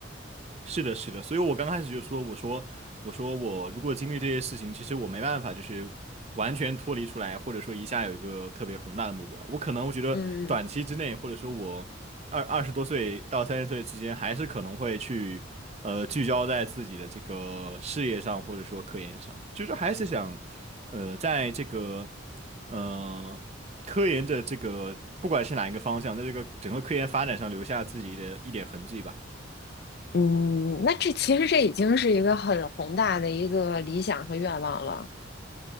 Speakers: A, on the right; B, on the left.
A: 是的，是的，所以我刚开始就说，我说，我说我如果经历这些事情，其实我没办法，就是完全脱离出来，或者说一下有一个特别宏大的目标，我可能我觉得短期之内，
B: 嗯
A: 或者说我二二十多岁到三十岁之间，还是可能会去呃聚焦在自己的这个事业上，或者说科研上，就是还是想呃在这个呃科研的这个不管是哪一个方向，在这个整个科研发展上留下自己的一点痕迹吧。
B: 嗯，那这其实这已经是一个很宏大的一个理想和愿望了。